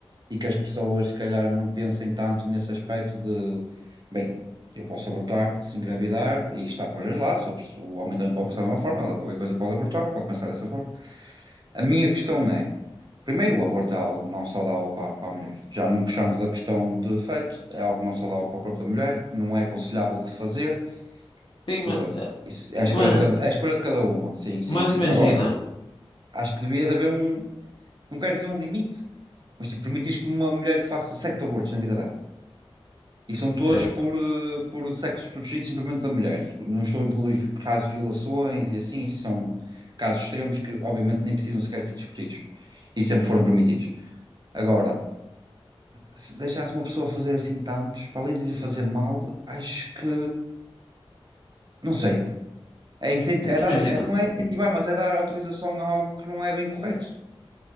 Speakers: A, on the right; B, on the left.
A: e que as pessoas, se calhar, não pensem tanto nesse aspecto de, bem, eu posso abortar se engravidar e está para os dois lados, o pessoa- o homem também pode pensar da mesma forma, ela qualquer coisa pode abortar, pode pensar dessa forma. A minha questão é, primeiro, o aborto é algo não saudável para, para a mulher, já não puxando da questão de feto, é algo não saudável para o corpo da mulher, não é aconselhável de se fazer,
B: sim,
A: tudo
B: ma-
A: bem. Isso é a escolha
B: ma-
A: de cada, é a escolha de cada uma. Sim, sim,
B: mas,
A: sim.
B: imagina,
A: Agora, acho que devia de haver um, não quero dizer um limite, mas tipo, permitires que uma mulher faça sete abortos na vida dela. E são todos
B: certo?
A: por, eh, por sexos protegidos simplesmente da mulher. Não estou a incluir casos de violações e assim, isso são casos extremos que obviamente nem precisam sequer ser discutidos. E sempre foram permitidos. Agora, se deixares uma pessoa fazer assim tantos, para além de lhe fazer mal, acho que, não sei, É, incent-
B: É
A: é
B: que
A: dar,
B: imagina,
A: é- não é incentivar, mas é dar autorização a algo que não é bem correto.